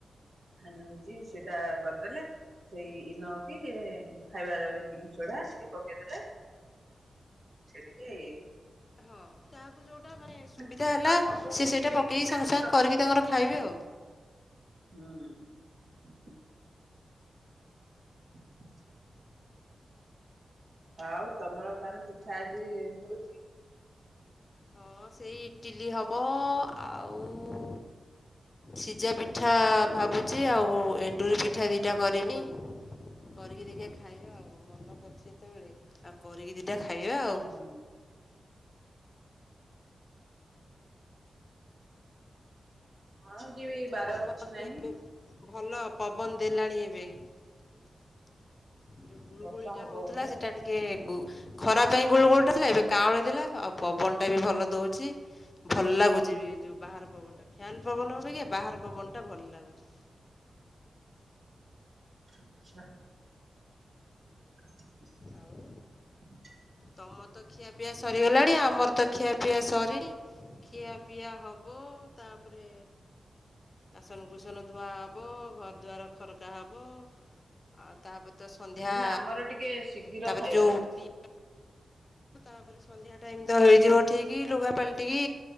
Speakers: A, on the right; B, on the left.
A: ଆମେ ହଉଛି ସେଇଟା କରିଦେଲେ। ସେଇ ଇନୋକି ଖାଇବା ବେକିଂ ସୋଢା ଟିକେ ପକେଇଦେଲେ ସେଟିକେ
B: ହଁ ଯାହାକୁ ଯୋଉଟା ମାନେ ସୁବିଧା
A: ଥିଲେ
B: ହେଲା
A: ତ ସବୁ
B: ସେ ସେଇଟା
A: କିଣିକି
B: ପକେଇକି ସାଙ୍ଗେ
A: ଆଣିକି
B: ସାଙ୍ଗେ
A: ରଖ
B: କରିକି ତାଙ୍କର ଖାଇବେ ଆଉ।
A: ହୁଁ। <inaudible> <inaudible> ଆଉ ତମର ତାହେଲେ ପିଠା ଆଜି ହଉଛି।
B: ହଁ ସେଇ ଇଟିଲି ହବ ଆଉ ସିଝା ପିଠା ଭାବୁଛି ଆଉ ଏଣ୍ଡୁରି ପିଠା ଦିଟା କରିମି କରିକି ଦେଖି ଖାଇବା ଆଉ ମନ କରୁଛି ଯେତେବେଳେ ଆଉ କରିକି ଟା ଖାଇବା ଆଉ।
A: ହୁଁ ହଁ ଯିବି ବାର
B: ପବନ
A: କିଛି
B: ବି
A: ନାହିଁ।
B: ଏବେ ଭଲ ପବନ ଦେଲାଣି ଏବେ। ଯୋଉ ଗୁଳୁ
A: ବର୍ଷା
B: ଗୁଳି ଟା
A: ହବ
B: ହଉଥିଲା
A: ବୋଧେ
B: ସେଟା ଟିକେ ଖରା ପାଇଁ ଗୁଳୁ ଗୋଳଟା ଥିଲା ଏବେ କାଁଳି ଦେଲା ଆଉ ପବନ ଟା ବି ଭଲ ଦଉଛି ଭଲ ଲାଗୁଛି ବି ଯୋଉ ବାହାର ପବନଟା। ଫ୍ୟାନ୍ ପବନ ହବ କି ବାହାର ପବନ ଟା ଭଲ ଲାଗୁଛି।
A: ଆଚ୍ଛା। <inaudible>
B: ଆଉ ତମ ତ ଖିଆ ପିଆ ସରିଗଲାଣି ଆମର ତ ଖିଆ ପିଆ ସରିନି ଖିଆ ପିଆ ହବ ତାପରେ ବାସନ ବୁସନ ଧୁଆ ହବ ଘର ଦ୍ୱାର ଖରକା ହେବ ଆଉ ତାପ ତ ସନ୍ଧ୍ୟା
A: ହୁଁ ଆମର ଟିକେ ଶୀଘ୍ର
B: ତାପରେ
A: ଖାଇବା
B: ଯେଉଁ ତାପରେ ସନ୍ଧ୍ୟା ଟାଇମ ତ ହେଇଯିବ ଠିକ କି ଲୁଗା ପଲଟିିକ